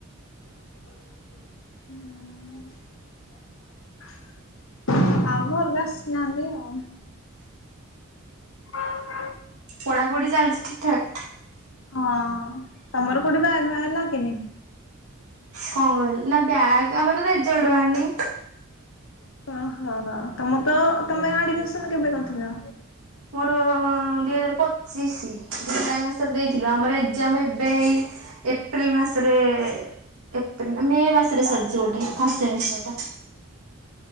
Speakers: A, on the left; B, on the right.
A: ହୁଁ। ଆଉ ଘରକୁ ଆସିନାହାନ୍ତି ଆଉ। ହ
B: ପଢ଼ାଢ଼ି ଚାଲିଛି ଠିକଠାକ୍?
A: ହଁ ତମର କୋଉଠି ବାହାଘର ହେଲା କି ନାଇ?
B: କଣ କହିଲି ନା ବ୍ୟାଗ୍ ଆମର ତ ରେଜ୍ଲଟ ବାହାରିନି?
A: ଓହୋ ତମ ତ ତମେ ଆଡମିସନ କେବେ ଥିଲ?
B: ମୋର ଦିଇ ହଜାର ପଚିଶି ଜୁଲାଇ ମାସରେ ଦେଇଥିଲୁ ଆମର ଏକ୍ଜାମ ଏବେଇ ଏପ୍ରିଲ ମାସରେ ଏପ୍ରିଲ ମେ ମାସରେ ସରିଛି ଗୋଟେ ଫାଷ୍ଟ ସେମେଷ୍ଟରଟା।